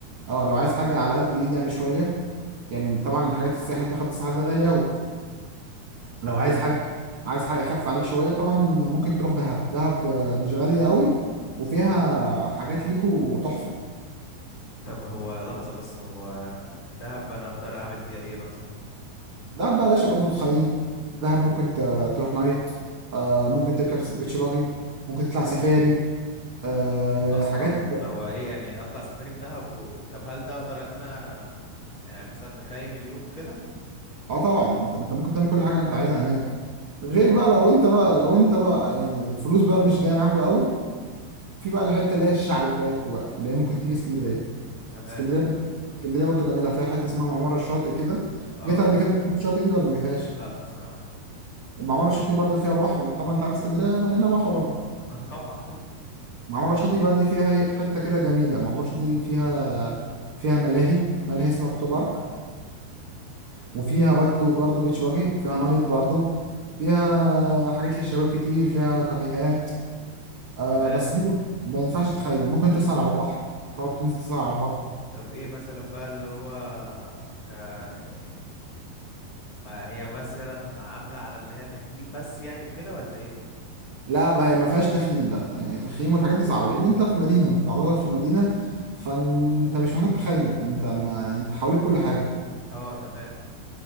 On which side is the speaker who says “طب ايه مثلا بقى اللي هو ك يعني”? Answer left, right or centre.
Left